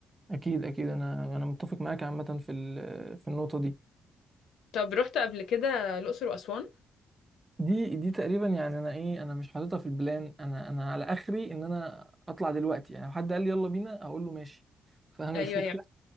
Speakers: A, on the right (about 25°); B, on the left (about 80°).
A: اكيد اكيد انا انا متفق معاك عامه في ال- في النقطه دي
B: طب رحت قبل كده الاقصر واسوان
A: دي دي تقريبا يعني انا ايه انا مش حاططها في البلان انا انا على اخري ان انا اطلع دلوقتي يعني لو حد قال لي يلا بينا اقول له ماشي <laughs> فاهم
B: ايوه
A: الفكره
B: يعني